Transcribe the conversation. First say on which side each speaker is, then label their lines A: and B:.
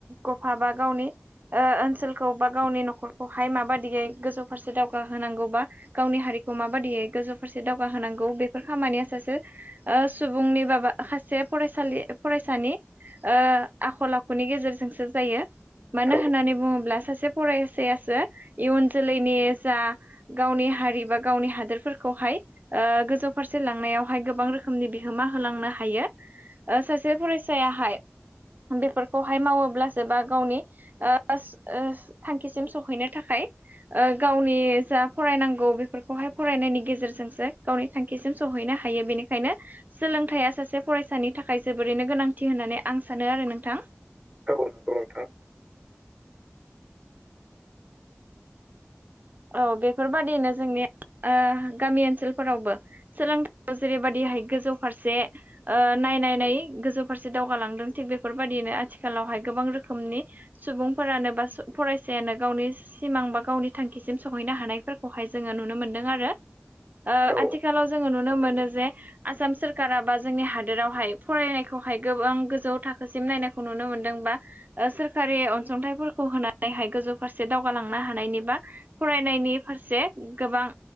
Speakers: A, on the right; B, on the right.
A: गफा बा गावनि ओ ओनसोलखौ बा गावनि न'खरखौहाय माबादियै गोजौ फारसे दावगाहोनांगौ बा गावनि हारिखौ माबादियै गोजौ फारसे दावगाहोनांगौ बेफोर खामानिया सासे सुबुंनि बाबा खासे फरायसालि फरायसानि ओ आखल आखुनि गेजेरजोंसो जायो मानो
B: औ
A: होननानै बुङोब्ला सासे फरायसायासो इयुन जोलैनि जा गावनि हारि बा गावनि हादोरफोरखौहाय ओ गोजौ फारसे लांनायावहाय गोबां रोखोमनि बिहोमा होलांनो हायो ओ सासे फरायसायाहाय बेफोरखौहाय मावोब्लासो बा गावनि ओ थांखिसिम सहैनो थाखाय ओ गावनि जा फरायनांगौ बेफोरखौहाय फरायनायनि गेजेरजोंसो गावनि थांखिसिम सहैनो हायो बेनिखायनो सोलोंथाइया सासे फरायसानि थाखाय जोबोरैनो गोनांथि होननानै आं सानो आरो नोंथां
B: औ नोंगौ नोंथां
A: औ बेफोरबादिनो जोंनि ओ गामि ओनसोलफोरावबो सोलोंथायाव जेरैबायदिहाय गोजौ फारसे ओ नायनाय नायै गोजौ फारसे दावगालांदों थिग बेफोरबायदियैनो आथिखालावहाय गोबां रोखोमनि सुबुंफोरानो बा फरायसायानो गावनि सिमां बा गावनि थांखि सिम सहैनो हानायफोरखौहाय जोङो नुनो मोनदों आरो ओ
B: औ
A: आथिखालाव जोङो नु नो मोनो जे आसाम सोरखारा बा जोंनि हादोरावहाय फरायनायख खौहाय गोबां गोजौ थाखोसिम नायनायखौ नुनो मोनदोंबा ओ सोरखारि अनसुंथाइफोरखौ होनानैहाय गोजौ फारसे दावगालांनो हानायनिबा फरायनायनि फारसे गोबां